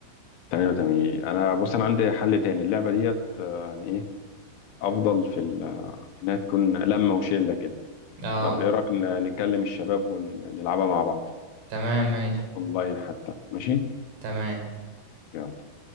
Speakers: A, on the left; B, on the right.
A: تمام تمام انا بص انا عندي حل تاني اللعبة ديت آه، يعني ايه افضل في ال- آه، انها تكون لمة وشلة كده
B: اه
A: طب ايه رأيك ن- نكلم الشباب ونلعبها مع بعض
B: تمام ماشي
A: اونلاين حتى ماشي؟
B: تمام
A: يلا